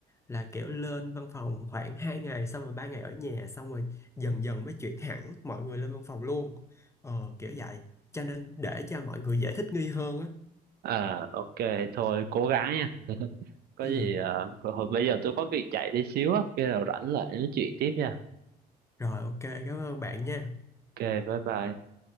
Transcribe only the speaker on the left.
là kiểu lên văn phòng khoảng 2 ngày xong rồi 3 ngày ở nhà xong rồi dần dần mới chuyển hẳn mọi người lên văn phòng luôn ờ, kiểu vậy cho nên để cho mọi người dễ thích nghi hơn á
ừ.
rồi ok cảm ơn bạn nha